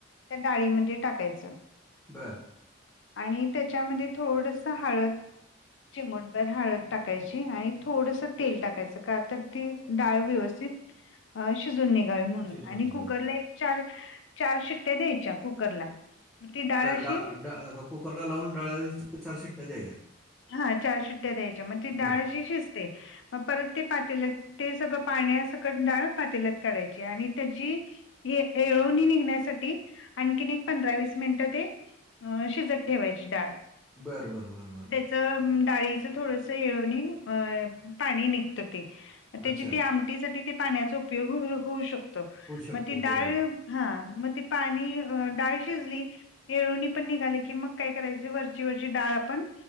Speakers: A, on the left (about 65°); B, in the centre.
A: त्या डाळीमध्ये टाकायचं.
B: बरं.
A: आणि त्याच्यामध्ये थोडसं हळद चिमटभर हळद टाकायची, आणि थोडसं तेल टाकायचं, का तर ती डाळ व्यवस्थित - शिजून निघावी म्हणून,
B: शिजून
A: आणि
B: निघवायचं.
A: कुकरला एक चार चार शिट्ट्या द्यायच्या कुकरला. ती डाळ अशी,
B: डा डा कुकरला लावून डाळीच्या चार शिट्ट्या द्यायच्या.
A: हा चार शिट्ट्या द्यायच्या, मग ते डाळ
B: बर
A: अशी शिजते. मग परत ते पातल्यात - ते सगळं पाण्यासंकट डाळ पातेल्यात काढायची आणि त्याची, येळवणी निघण्यासाठी आणखीन एक पंधरा-वीस मिनिटं ते, अं.. शिजत ठेवायची डाळ.
B: बर.. बर.. बर.. बर.. बर.
A: तर डाळीचं थोडसं, येळवणी अ पाणी निघतं ते. त्याची
B: अच्छा
A: ते आमटीसाठी ते पाण्याचा उपयोग हो होवू शकतो.
B: होऊ शकते
A: मग ती डाळ
B: बरोबर
A: हा, मग ती पाणी अं.. डाळ शिजली येळवणी पण निघाली की, मग काय करायचे? वरची-वरची डाळ आपण